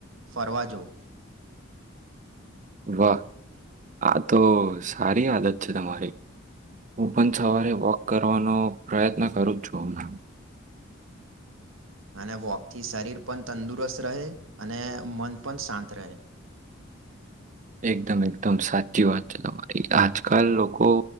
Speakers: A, on the right (about 80°); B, on the right (about 40°).
A: ફરવા જાઉં
B: <inaudible> વાહ! આ તો સારી આદત છે તમારી. હું પણ સવારે વૉક કરવાનો પ્રયત્ન કરું છું હમણાં
A: અને વૉકથી શરીર પણ તંદુરસ્ત રહે અને મન પણ શાંત રહે.
B: એકદમ એકદમ સાચી વાત છે તમારી. આજકાલ લોક.. લોકો